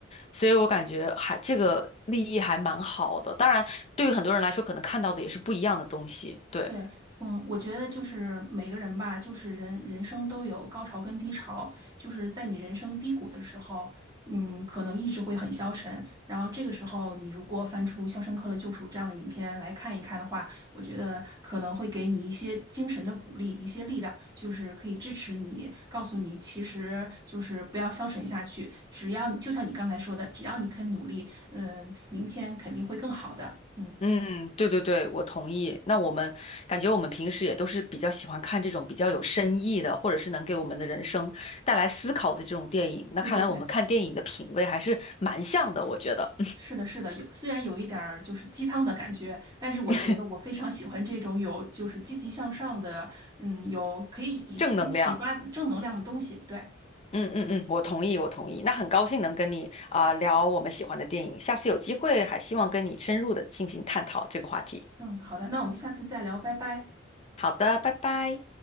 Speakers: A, on the left; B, on the right.
A: 所以我感觉还这个立意还蛮好的，当然对于很多人来说，可能看到的也是不一样的东西，对。
B: 对，嗯，我觉得就是每个人吧，就是人人生都有高潮跟低潮，就是在你人生低谷的时候，嗯，可能意志会很消沉，然后这个时候你如果翻出《肖申克的救赎》这样的影片来看一看的话，我觉得可能会给你一些精神的鼓励，一些力量，就是可以支持你，告诉你其实就是不要消沉下去，只要就像你刚才说的，只要你肯努力，嗯，明天肯定会更好的，嗯，
A: 嗯，对对对，我同意。那我们感觉我们平时也都是比较喜欢看这种比较有深意的，或者是能给我们的人生带来思考的这种电影。那看来我们看电影的品味还是蛮像的，
B: 对对对。
A: 我觉得
B: 是的，是的，有，虽然有一点儿就是鸡汤的感觉，但是我觉得我非常喜欢这种有就是积极向上的，
A: <laughs>
B: 嗯，有可以以可以启发正能量的东西。
A: 正能量。
B: 对，
A: 嗯嗯嗯，我同意，我同意。那很高兴能跟你啊、聊我们喜欢的电影，下次有机会还希望跟你深入的进行探讨这个话题。
B: 嗯，好的，那我们下次再聊，拜拜。
A: 好的，拜拜。